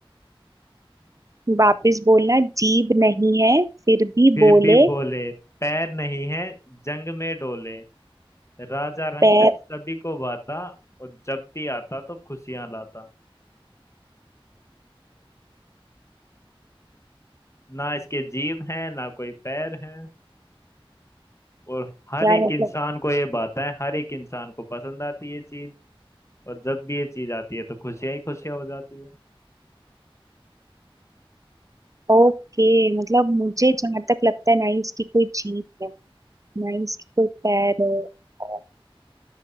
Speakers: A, on the right; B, on the left.
A: <laughs> वापस बोलना जीभ नहीं है फिर भी
B: फिर
A: बोले
B: भी बोले पैर नहीं है जंग में डोले राजा रंक
A: पैर
B: सभी को भाता और जब भी आता तो खुशियां लाता ना इसके जीभ हैं ना कोई पैर हैं और हर
A: यार
B: एक
A: मतलब
B: इंसान को ये बात है हर एक इंसान को पसंद आती है ये चीज और जब भी ये चीज आती है तो खुशियां ही खुशियां हो जाती है
A: ओके मतलब मुझे जहां तक लगता है ना ही इसकी कोई जीभ है ना ही इसकी कोई पैर है और-